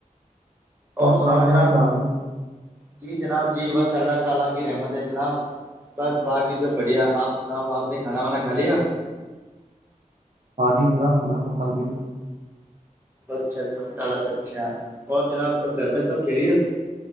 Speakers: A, on the right; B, on the right.
A: اور
B: سناب
A: سناؤ جناب
B: کیا حال ہے
A: جی جناب جی بس اللہ تعالی کی رحمت ہے جناب بس باقی سب بڑھیا آپ سناؤ آپ نے کھانا وانا کھ لیا
B: ہاں جی جناب آ کنا توکھا جی ہے
A: اچھا اچھر اچھا اور جناب سب گھر میں سب کہہ رہی ہے